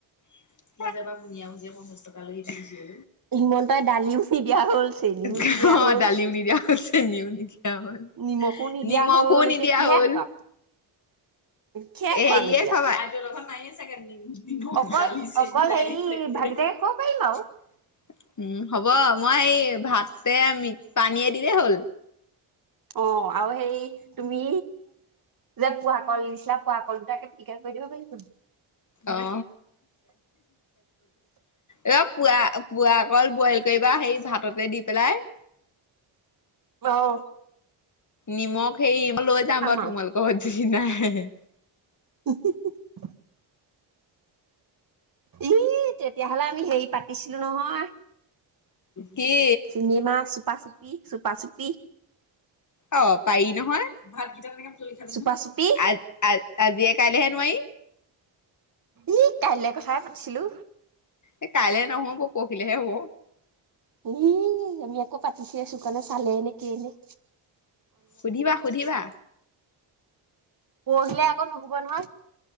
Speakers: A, on the left; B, on the right.
A: <unintelligible> যাবা বুনিয়া মুজিয়া পঞ্চছ টকা লৈ গিছিলি যে।
B: হিমন্তই <unintelligible>
A: অ'
B: নিদিয়া হ'ল
A: দালিও নিদিয়া হৈছে, চেনিও নিদিয়া হ'ল।
B: নিমখো নিদিয়া
A: নিমখো
B: হ'ল এতিয়া
A: নিদিয়া
B: কিহে
A: হ'ল।
B: খুৱাম কিহে
A: হেৰিয়ে
B: খুৱাম এতিয়া
A: খাবা, <unintelligible> নাইয়ে চাগে নিম-নিমখ,
B: অকল
A: দালি, চেনি
B: অকল
A: নাইয়ে
B: হেৰি
A: চাগে।
B: ভাতকেইটাকে
A: উম,
B: খাব পাৰিম আৰু
A: হ'ব মই এই ভাত তে আমি পানীয়ে দিলেই হ'ল।
B: অ'। আৰু সেই তুমি যে পুৱা কল নিচা ফোৱা কলগিতাকে পিটিকা কৰি দিব পাৰিব।
A: অ, <unintelligible> ৰ পোৱা পোৱা অকল বইল কৰিবা সেই ভাততে দি পেলাই।
B: অহ।
A: নিমখ। সেই লৈ যাম বাৰু
B: আৰু
A: তোমালোকৰ নাই।
B: <inaudible> ই', তেতিয়াহলে আমি হেৰি পাতিছিলো নহয়।
A: কি
B: চিনেমা চুপা চুপি। চুপা চুপি।
A: অ পাৰি নহয় <unintelligible>
B: চুপা চুপি
A: আজিয়ে কাইলেহে। নাই।
B: ই কাইলৈ কথাই পাতিছিলো।
A: এ কাইলে নহব পঢ়হিলেহে হ'ব।
B: এ আমি আকৌ পাতিছে আছো কাৰণে চালে এনে কি এনে।
A: সুধিবা, সুধিবা।
B: পৰহিলে আকৌ নহ'ব নহয়।